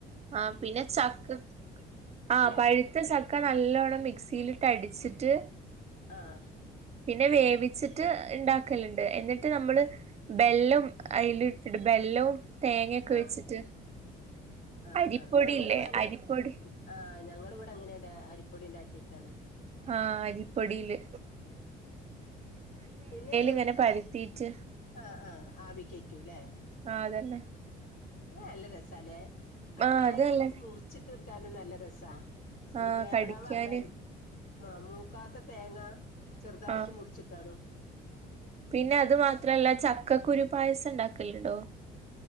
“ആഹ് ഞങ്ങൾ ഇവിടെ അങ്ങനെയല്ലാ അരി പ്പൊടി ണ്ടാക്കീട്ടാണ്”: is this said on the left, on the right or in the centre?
Left